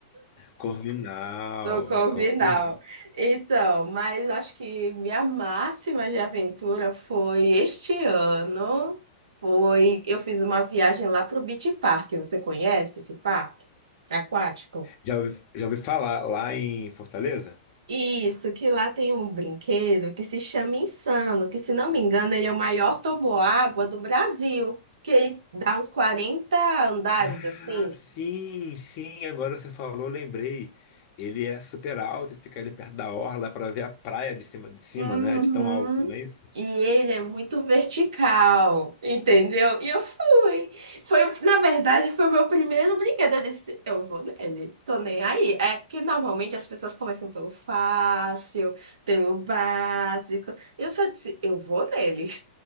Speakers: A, on the left; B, on the right.
A: Corvinal,
B: No Corvinal.
A: é Corvinal.
B: Então, mas acho que minha máxima de aventura foi este ano. Foi, eu fiz uma viagem lá para o Beach Park. Você conhece esse parque aquático?
A: Já ouvi, já ouvi falar lá em Fortaleza?
B: Isso, que lá tem um brinquedo que se chama Insano, que se não me engano, ele é o maior toboágua do Brasil, que ele dá uns quarenta andares
A: Ah,
B: assim.
A: sim, sim, agora você falou, lembrei. Ele é super alto e fica ali perto da orla para ver a praia de cima, de cima,
B: Uhum.
A: né? De tão alto, não é isso?
B: E ele é muito vertical, entendeu? E eu fui. Foi, na verdade, foi o meu primeiro brinquedo. Eu disse, eu vou nele, tô nem aí. É porque normalmente as pessoas começam pelo fácil, pelo básico. E eu só disse, eu vou nele.